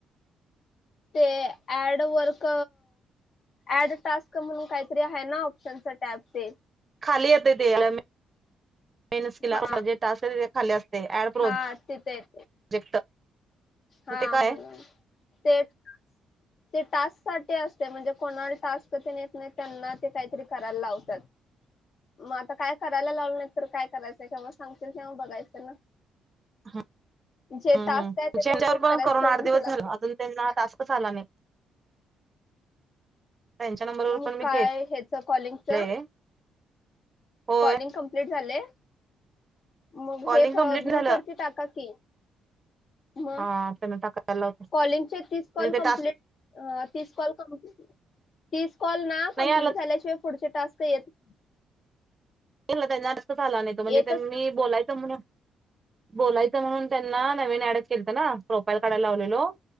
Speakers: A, on the left (about 50°); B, on the right (about 30°).
A: ते ऍड वर्क ऍड टास्क म्हणून काहीतरी आहे ना. त्यांचं टेप ते.
B: खाली येते ते <inaudible> मेनिला
A: हा
B: जेेल ते खाली असते ते ऍड प्रोजेक्ट.
A: हा तिथे येते हा
B: मग ते काय
A: म्हणून तेच. ते टास्क साठी असते म्हणजे कोणाला टास्क ते न येत नाही त्यांना ते काहीतरी करायला लावतात.
B: <inaudible>
A: मग आता काय करायला लावलं नाही तर काय करायचंय केव्हा सांगतील तेव्हा बघायचं ना.
B: हम
A: जे
B: हम
A: टास्क
B: हम
A: आहे ते
B: च्यावर
A: कम्प्लीट
B: पण
A: करायच
B: करून
A: सोडून
B: आठ दिवस
A: तिला
B: झाला अजून त्यांना टास्क झाला नाही. त्यांच्या नंबरवर
A: अ
B: पण मी
A: काय ह्याच कॉलिंगच.
B: केलंय होय
A: कॉलिंग कमप्लीट झाले मग
B: कॉलिंग
A: हे
B: कंप्लीट
A: ग्रुप
B: झालं
A: वरती टाका की, मग
B: हा त्यांना टाकायला लावतो
A: कॉलिंगचे तीस
B: म्हणजे
A: कॉल
B: ते
A: कमप्लीट.
B: टास्क
A: अ तीस कॉल क तीस कॉल ना कंप्लीट
B: नाही आला
A: झाल्याशिवाय पुढचे टास्क येत नाही.
B: हेला त्यांना आडसच आला नाही तो म्हणजे
A: येतच
B: मी
A: नाही.
B: बोलायचं म्हणून. बोलायचं म्हणून त्यांना नवीन ऍडच केलंच ना प्रोफाईल काढायला लावलेलो.